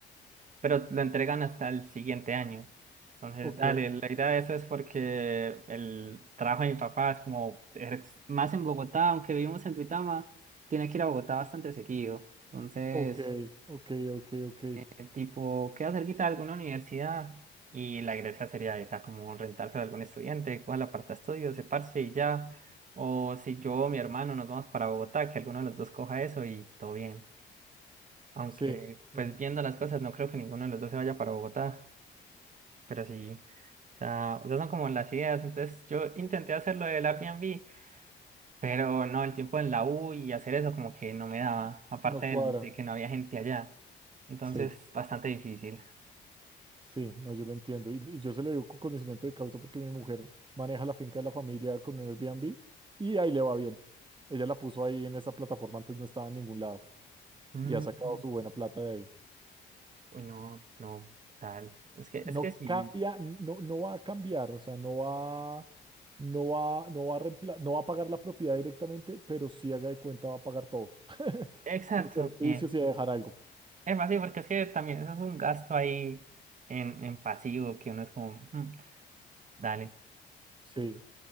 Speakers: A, on the right; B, on the right.
A: pero lo entregan hasta el siguiente año. Entonces,
B: Ok,
A: dale, la idea de eso es porque el trabajo de mi papá es como es más en Bogotá, aunque vivimos en Duitama, tiene que ir a Bogotá bastante seguido. Entonces,
B: ok, ok, ok, ok.
A: el tipo queda cerquita de alguna universidad y la iglesia sería esa, como rentarse a algún estudiante, coja la parte de estudios, se parche y ya. O si yo o mi hermano nos vamos para Bogotá, que alguno de los dos coja eso y todo bien. Aunque,
B: Sí, sí,
A: pues viendo las cosas, no creo que ninguno de los dos se vaya para Bogotá. Pero sí, o sea, esas son como las ideas. Entonces yo intenté hacer lo del Airbnb, pero no, el tiempo en la U y hacer eso como que no me daba, aparte
B: no cuadra.
A: del- de, que no había gente allá. Entonces,
B: Sí,
A: bastante difícil.
B: sí, no, yo lo entiendo. Y, y yo se lo digo con conocimiento de causa porque mi mujer maneja la finca de la familia con un Airbnb y ahí le va bien. Ella la puso ahí en esa plataforma, antes no estaba en ningún lado
A: Mm,
B: y ha sacado su buena plata de ahí.
A: Uy, no, no, tal. Es que,
B: no
A: es que sí,
B: cambia, no, no va a cambiar, o sea, no va, no va, no va a reempla- no va a pagar la propiedad directamente, pero sí haga de cuenta va a pagar todo, <laughs>
A: exacto,
B: los servicios
A: bien.
B: y a dejar algo.
A: Es más, sí, porque es que también eso es un gasto ahí en, en pasivo que uno es como, "Mm, dale.
B: Sí,